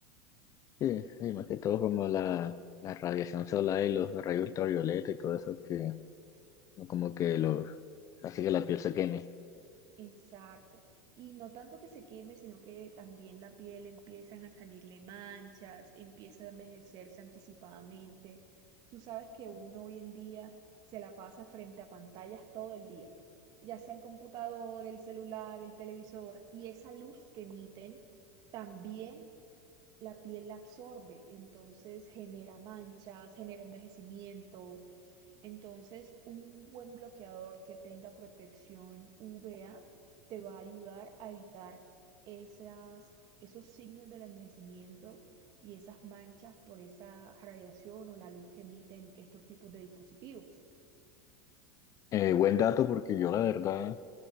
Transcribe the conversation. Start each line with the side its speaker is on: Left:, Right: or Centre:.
Left: Sí, y más que todo como la, la radiación solar y los rayos ultravioleta y todo eso que como que los hace que la piel se queme.
Right: Exacto. Y no tanto que se queme, sino que también la piel empiezan a salirle manchas, empieza a envejecerse anticipadamente. Tú sabes que uno hoy en día se la pasa frente a pantallas todo el día, ya sea el computador, el celular, el televisor, y esa luz que emiten también la piel la absorbe, entonces genera manchas, genera envejecimiento. Entonces, un buen bloqueador que tenga protección UVA te va a ayudar a evitar esas, esos signos del envejecimiento y esas manchas por esa radiación o la luz que emiten estos tipos de dispositivos.
Left: Eh, buen dato porque yo la verdad,